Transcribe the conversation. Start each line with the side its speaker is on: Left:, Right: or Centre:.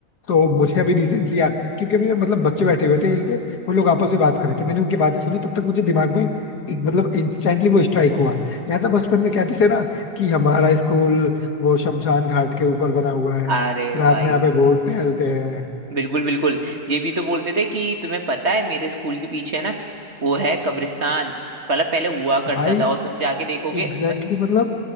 Left: तो मुझे अभी रिसेंटली याद क्योंकि अभी मतलब बच्चे बैठे हुए थे यहीं पे वो लोग आपस में बात कर रहे थे मैंने उनकी बातें सुनी तब तक मुझे दिमाग में एक, मतलब इंस्टेंटली वो स्ट्राइक हुआ याद था बचपन में कहते थे ना कि हमारा स्कूल वो शमशान घाट के ऊपर बना हुआ है
Right: अरे
Left: रात
Right: भाई
Left: में यहाँ पे भूत टहलते हैं
Right: बिल्कुल बिल्कुल ये भी तो बोलते थे कि तुम्हें पता है मेरे स्कूल के पीछे है ना वो है कब्रिस्तान मतलब पहले हुआ करता
Left: भाई
Right: था और तुम जाके देखोगे
Left: एग्जैक्टली
Right: ब-
Left: exactly, मतलब